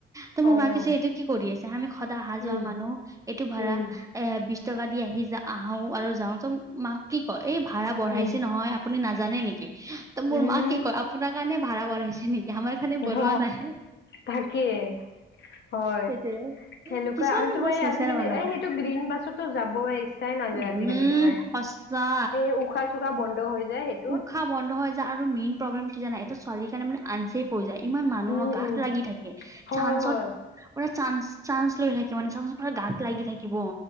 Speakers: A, on the right; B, on the left.
A: ত মোৰ
B: অ',
A: মাক কৈছে এইটো কি কৰি আছে আমি সদায় অহা
B: উম।
A: যোৱা মানুহ এইটো ভাড়া।
B: উম,
A: এ বিশ টকা দি আহি য আহো আৰু যাও ত মাক কি কয় এই ভাড়া বঢ়াইছে
B: উম,
A: নহয়। আপুনি নাজানে নেকি ত মোৰ
B: উম,
A: মা কি কয় আপোনাৰ কাৰণে ভাড়া বঢ়াইছে নেকি আমাৰ। কাৰণে
B: অঃ
A: বঢ়োৱা নাই
B: তাকে। হয়
A: সেইটোয়ে
B: সেনেকুৱা
A: কিছুমানৰ
B: আৰু তুমাৰ
A: বহুত
B: এই
A: চেচেৰা
B: আজিকালি
A: মানুহ
B: এ
A: হয়
B: সেইটো গ্ৰীণ বাছতো যাবই। চাই নাযায়
A: উম
B: আজিকালি তোমাৰ
A: সঁচা
B: এই উশাহ চুষাহ বন্ধ হৈ যায় সেই।
A: উশাহ বন্ধ হৈ যায় আৰু মেইন প্ৰব্লেম কি জানা এইটো ছোৱালীৰ কাৰণে মানে। আনচেফ হৈ যায় ইমান মানুহৰ
B: উম,
A: গাত
B: উম,
A: লাগি থাকে
B: হয়,
A: চাঞ্চত।
B: হয়।
A: পুৰা চান্স চান্স লৈ থাকিব মানে চাবচোন পুৰা গাত লাগি থাকিব